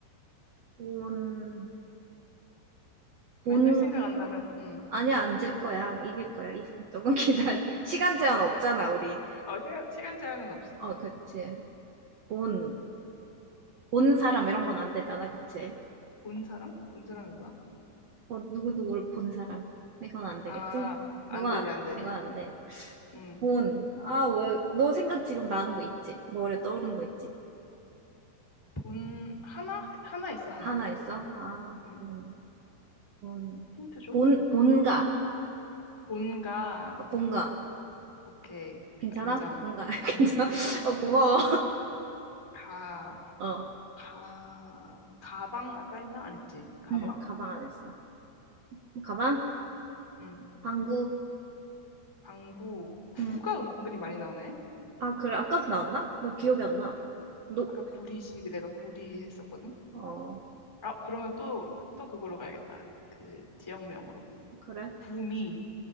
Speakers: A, on the right; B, in the centre.
A: 본, 본,
B: 만약 생각 안 나면, 응.
A: 아니야, 안 질 거야. 이길 거야. 이- 조금 기다려. <laughs> 시간 제한 없잖아, 우리.
B: 어, 시간, 시간 제한은 없어.
A: 어, 그치. 본, 본 사람 이런 건 안 되잖아, 그치?
B: 본 사람? 본 사람이 뭐야?
A: 어, 누구누구를 본 사람. 이건 안 되겠지?
B: 아, 안
A: 이건
B: 되지,
A: 안,
B: 안 되지.
A: 이건 안 돼.
B: 응.
A: 본. 아, 왜, 너 생각 지금 나는 거 있지? 머리에 떠오른 거 있지?
B: 본 하나 하나 있어 하나.
A: 하나 있어? 아,
B: 음
A: 본, 본,
B: 힌트 줘.
A: 본, 본가.
B: 본가
A: 어, 본가.
B: 오케이
A: 괜찮아?
B: 인정.
A: 본가. <laughs>
B: 음가
A: 괜찮아? 어, 고마워.
B: 가
A: 어,
B: 가 가방 아까 했나 안 했지? 가방.
A: 응, 가방 안 했어. 가방?
B: 음음
A: 방구.
B: 방구 구가
A: 응.
B: 은근히 많이 나오네.
A: 아, 그래. 아까도 나왔나? 나 기억이 안 나.
B: 어,
A: 노,
B: 아까 구리시 그 내가 구리 했었거든.
A: 어,
B: 아 그러면 또 또 그걸로 가야겠다. 그 지역명으로
A: 그래.
B: 구미